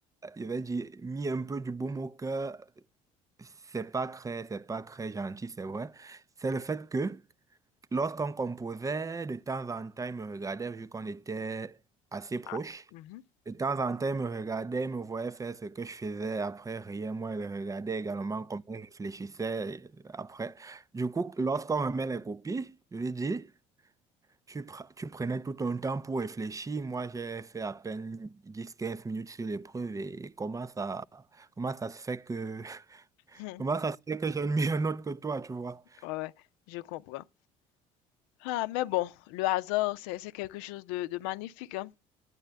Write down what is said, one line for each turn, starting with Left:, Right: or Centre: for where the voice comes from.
Right: je vais dire, mis un peu du baume au cœur, c'est pas très, c'est pas très gentil, c'est vrai. C'est le fait que Lorsqu'on composait, de temps en temps, il me regardait vu qu'on était assez proches.
Left: Ah. mhm
Right: De temps en temps, il me regardait, il me voyait faire ce que je faisais. Après, rien, moi, il le regardait également comment il réfléchissait euh, après. Du coup, lorsqu'on remet les copies, je lui dis, tu, pr- tu prenais tout ton temps pour réfléchir. Moi, j'ai fait à peine 10-15 minutes sur l'épreuve et comment ça, comment ça se fait que, <laughs>
Left: <laughs>
Right: comment ça se fait que j'ai mis un autre que toi, tu vois.
Left: Ouais, ouais, je comprends. Ah, mais bon, le hasard, c'est c'est quelque chose de, de magnifique, hein.